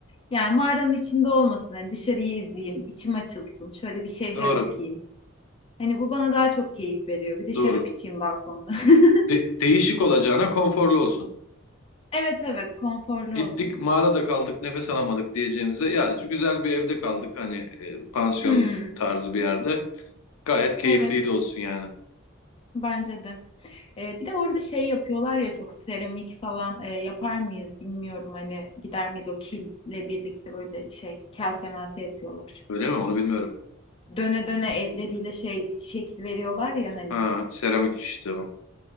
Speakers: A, on the left; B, on the left.
A: Yani mağaranın içinde olmasın. Hani dışarıyı izleyeyim, içim açılsın. Şöyle bir şehre
B: Doğru,
A: bakayım. Hani bu bana daha çok keyif veriyor. Bir de şarap
B: doğru.
A: içeyim balkonda. <laughs>
B: De- değişik olacağına konforlu olsun.
A: Evet evet, konforlu
B: Gittik
A: olsun.
B: mağarada kaldık, nefes alamadık diyeceğimize ya güzel bir evde kaldık hani e, pansiyon
A: Hmm,
B: tarzı bir yerde. Gayet keyifliydi
A: evet,
B: olsun yani.
A: bence de. Ee, bir de orada şey yapıyorlar ya çok seramik falan e, yapar mıyız bilmiyorum. Hani gider miyiz o kille birlikte böyle şey kase mase yapıyorlar.
B: Öyle mi? Onu bilmiyorum.
A: Döne döne elleriyle şey şekil veriyorlar ya hani.
B: Ha, seramik işte. o.